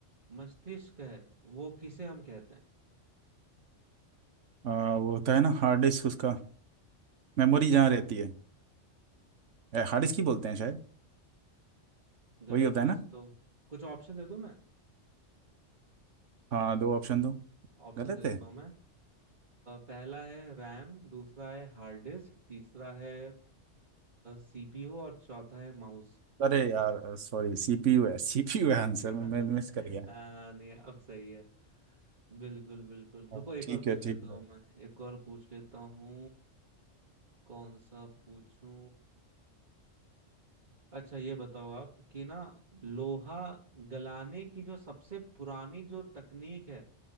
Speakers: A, on the right; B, on the right.
A: मस्तिष्क है वो किसे हम कहते हैं
B: अ, वो होता है ना हार्ड डिस्क उसका मेमोरी जहाँ रहती है हार्ड
A: हम्म,
B: डिस्क ही बोलते हैं शायद
A: गलत
B: वही होता
A: है
B: है
A: वैसे
B: ना
A: तो कुछ ऑप्शन दे दूं मैं
B: हाँ दो ऑप्शन दो
A: ऑप्शन
B: गलत
A: दे देता
B: है
A: हूँ मैं अ, पहला है रैम दूसरा है हार्ड डिस्क तीसरा है सीपीयू और चौथा है माउस
B: अरे यार सॉरी सीपीयू है सीपीयू है
A: सीपीयू
B: आंसर मैं
A: <laughs>
B: मिस कर गया
A: नहीं अब सही है बिल्कुल बिल्कुल रुको
B: हाँ,
A: एक
B: ठीक
A: और पूछ
B: है ठीक
A: लेता हूँ
B: है
A: मैं एक और पूछ लेता हूँ कौन सा पूछूं अच्छा ये बताओ आप कि ना लोहा गलाने की जो सबसे पुरानी जो तकनीक है